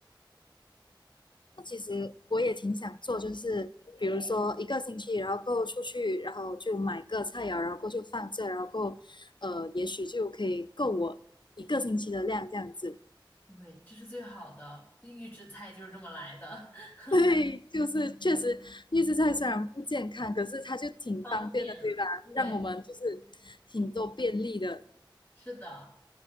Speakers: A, on the left (about 65°); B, on the left (about 20°).
A: 那其实我也挺想做，就是比如说一个星期，然后够出去，然后就买个菜肴，然后够就放这，然后够呃也许就可以够我一个星期的量这样子。
B: 对，这是最好的，就预制菜就是这么来的，<laughs>
A: <laughs> 对，就是确实预制菜虽然不健康，可是它就挺方便的，
B: 方便啊对，
A: 对吧？让我们就是挺多便利的。
B: 是的，